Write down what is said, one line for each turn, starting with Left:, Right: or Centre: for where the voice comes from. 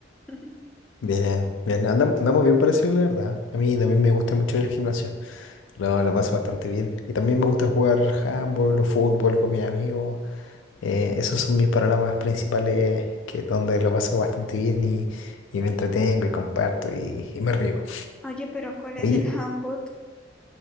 Centre: <laughs>
Left: Bien, bien, andamos, andamos bien parecidos, la verdad. A mí también me gusta mucho el gimnasio, lo, lo paso bastante bien. Y también me gusta jugar handball o fútbol con mis amigos. Eh, esos son mis panoramas principales, que donde lo paso bastante bien y, y me entretengo y comparto y, y me río.
Centre: Oye, pero ¿cuál es
Left: Oye,
Centre: el handbook?